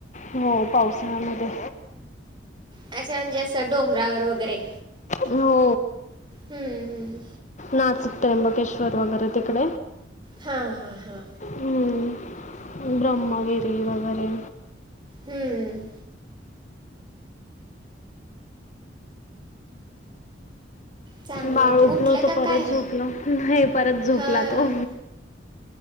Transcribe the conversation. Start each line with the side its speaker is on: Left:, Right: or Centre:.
Left: हो. पावसाळ्यामध्ये.
Right: अच्छा. म्हणजे असं डोंगरावर वगैरे-
Left: हो.
Right: हम्म.
Left: नाच- त्र्यंबकेश्वर वगैरे तिकड-
Right: हा हा हा.
Left: हम्म. ब्रम्हगिरी वगैरे.
Right: हम्म. चांगलं
Left: बाळ
Right: आहे की
Left: उठल
Right: उठलं
Left: होत.
Right: का
Left: परत
Right: काय?
Left: झोपल. नाही परत झोपला
Right: हां
Left: तो.